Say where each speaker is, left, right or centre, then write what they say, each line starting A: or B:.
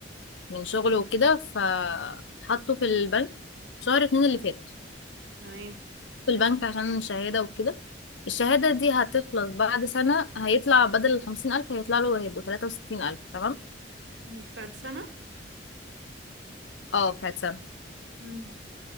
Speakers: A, on the left; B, on the right.
A: من شغله وكده فحطه في البنك شهر اتنين اللي فات
B: تمام
A: في البنك عشان شهادة وكده الشهادة دي هتخلص بعد سنة هيطلع بدل الخمسين ألف هيطلع له هيبقوا تلاتة وستين ألف تمام
B: ماشي بعد سنه
A: اه بتاعت سنة
B: مم.